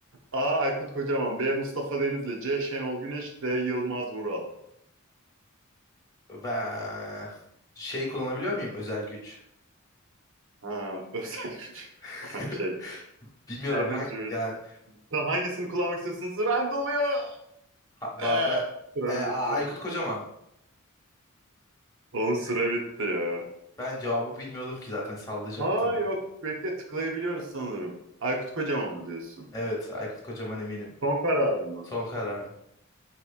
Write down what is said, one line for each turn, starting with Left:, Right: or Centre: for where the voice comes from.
Right: A. Aykut Kocaman. B. Mustafa Denizli. C. Şenol Güneş. D. Yılmaz Vural.
Left: Ben şey kullanabiliyor muyum özel güç?
Right: Ha, özel güç.
Left: <laughs>
Right: Tamam şey.
Left: Bilmiyorum
Right: Avengers.
Left: ha yani
Right: Lan hangisini kullanmak istiyorsunuz? Randall'ıyor.
Left: ha- ba-
Right: Ee,
Left: ben
Right: süren
Left: e, A-
Right: bitti.
Left: Aykut Kocaman.
Right: Onun süre bitti ya.
Left: Ben cevabı bilmiyordum ki zaten sallayacaktım.
Right: Ha yok. Bekle tıklayabiliyoruz sanırım. Aykut Kocaman mı diyorsun?
Left: Evet Aykut Kocaman eminim.
Right: Son kararın mı?
Left: Son kararım.